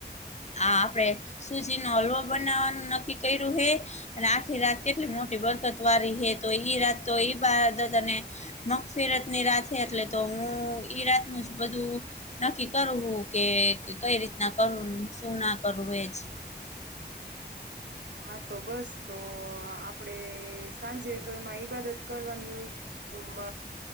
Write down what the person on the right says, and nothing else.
<inaudible> હા તો બસ તો આપડે સાંજે તો એમાં ઈબાદત કરવાની હોય તો મ